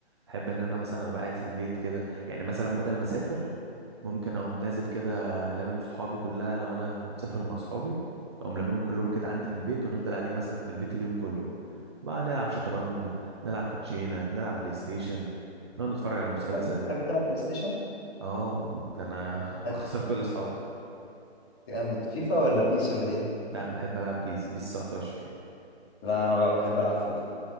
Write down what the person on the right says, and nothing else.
بحب ان انا مثلا ابقى قاعد في البيت كده يعني مثلا بدل ما اسافر ممكن اقوم نازل كده لامم صحابي كلها لو انا مسافر مع صحابي اقوم لاممهم كلهم كده عندي في البيت ونفضل قاعدين مثلا في البيت اليوم كله بقى بقى نلعب شطرنج نلعب كوتشينه نلعب بلاي ستيشن نقعد نتفرج على مسلسل
اه ده انا <laughs>
بخسر كل اصحابي
لا بحب العب بيس بيس 19